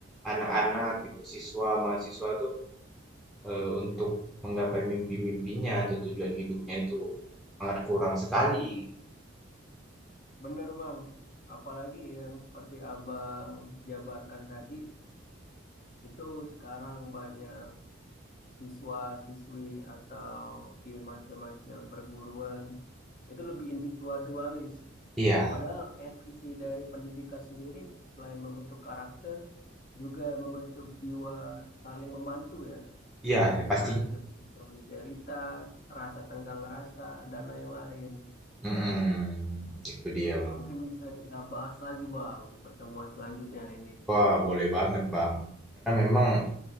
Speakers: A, in the centre; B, on the left.
A: anak-anak gitu, siswa, mahasiswa itu eh, untuk menggapai mimpi-mimpinya atau tujuan hidupnya itu sangat kurang sekali.
B: Bener bang. Apalagi yang seperti abang jabarkan tadi, itu sekarang banyak siswa-siswi atau di macam-macam perguruan itu lebih individualis
A: Iya,
B: Padahal esensi dari pendidikan sendiri selain membentuk karakter juga membentuk jiwa saling membantu ya,
A: iya ya
B: entah
A: pastinya.
B: itu solidaritas, rasa tenggang rasa, dan lain-lain.
A: Mm-mm, itu dia bang.
B: Mungkin bisa kita bahas lagi Bang di pertemuan selanjutnya ini.
A: Wah boleh banget bang. Karena memang